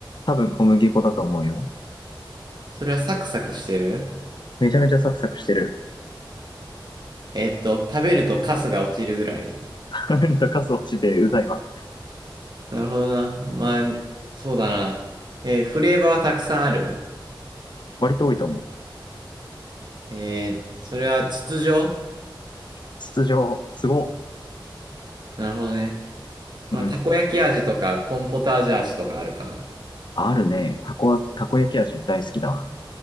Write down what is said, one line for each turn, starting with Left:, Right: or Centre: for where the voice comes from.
Left: 多分小麦粉だと思うよ。
Right: それはサクサクしてる
Left: めちゃめちゃサクサクしてる。
Right: えーっと、食べるとカスが落ちるぐらい
Left: <laughs> 食べるとカス落ちてうざいわ。
Right: なるほどな。まあ、そうだな。えーフレーバーはたくさんある
Left: 割と多いと思う。
Right: えーそれは筒状
Left: 筒状、すごっ。
Right: なるほどね。まあ、
Left: うん。
Right: たこ焼き味とか、コーンポタージュ味とかあるかな。
Left: あるね。たこ、たこ焼き味大好きだわ。